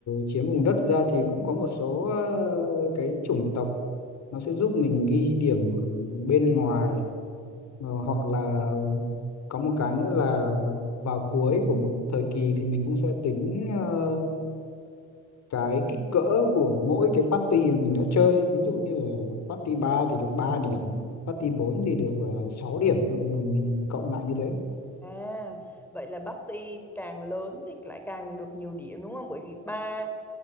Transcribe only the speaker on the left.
chiếm vùng đất ra thì cũng có một số ờ, cái chủng tộc nó sẽ giúp mình ghi điểm bên ngoài Ờ, hoặc là có một cái nữa là vào cuối của một thời kỳ thì mình cũng sẽ tính ờ, cái kích cỡ của mỗi cái party mà mình đã chơi ví dụ như là party 3 thì được 3 điểm party 4 thì được uh, 6 điểm rồi rồi mình cộng lại như thế